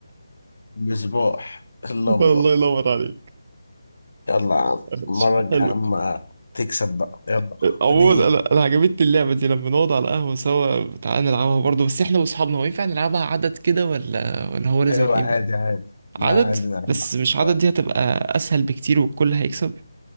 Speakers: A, on the left (about 75°); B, on the right (about 30°).
A: مصباح
B: <laughs>
A: اللمبة
B: الله ينور عليك
A: يلا يا عم
B: ماشي،
A: المرة الجاية
B: حلو
A: يا عم تكسب بقى يلا
B: عموما
A: ادعيلي
B: انا انا عجبتني اللعبه دي لما نقعد على القهوه سوا تعالى نلعبها برضه بس احنا واصحابنا هو ينفع نلعبها عدد كده ولا ولا هو لازم
A: أيوة
B: اتنين
A: عادي عادي لا
B: عدد
A: عادي لا عادي.
B: بس مش عدد
A: آه.
B: دي هتبقى اسهل بكتير والكل هيكسب